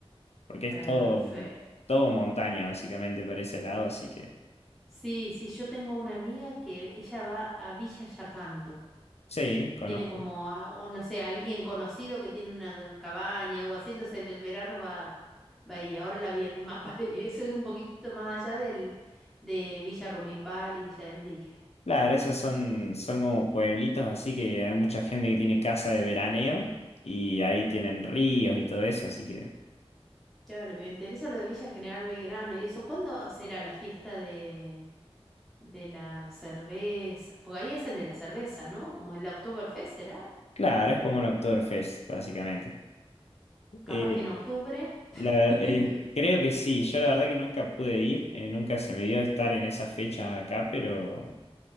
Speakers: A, on the left; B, in the centre.
A: porque es
B: Perfecto.
A: todo, todo montaña básicamente para ese lado, así que
B: Sí, sí, yo tengo una amiga que ella va a Villa Yacanto.
A: sí, conozco.
B: Tiene como, a- o no sé, alguien conocido que tiene una cabaña, algo así, entonces en el verano va, va ahí. Ahora la vi en el mapa <laughs> y eso es un poquitito más allá del, de Villa Rumipal y Villa del Dique.
A: Claro, esos son, son como pueblitos, así que hay mucha gente que tiene casa de veraneo y ahí
B: Ujú.
A: tienen ríos y todo eso, así que
B: Claro, me interesa lo de Villa General Belgrano y eso. ¿Cuándo será la fiesta de, de la cerveza? Porque ahí hacen de la cerveza, ¿no? Como el Oktoberfest será.
A: claro, es como un Oktoberfest básicamente.
B: Capaz
A: Eh,
B: que en octubre. <laughs>
A: la- eh, creo que sí, yo la verdad que nunca pude ir, eh, nunca se me dio estar en esas fechas acá, pero,